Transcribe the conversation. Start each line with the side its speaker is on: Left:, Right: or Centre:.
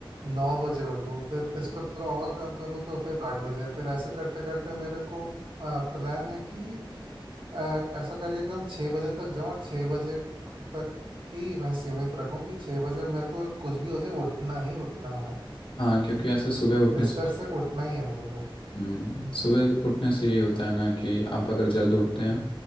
Right: नौ बजे उठूँ फिर इसको थोड़ा और कम करूँ तो फिर आठ बजे फिर ऐसे करते करते मेरे को आ, प्लान है कि आ, ऐसा करके एकदम छः बजे तक जाऊँ और छः बजे तक ही मैं सीमित रखूँ कि छः बजे मेरे को कुछ भी हो जाए उठना ही उठना है
Left: हाँ क्योंकि ऐसे सुबह उठने
Right: बिस्तर से उठना ही है मेरे को
Left: हम्म सुबह उठने से यही होता है ना कि आप अगर जल्द उठते हैं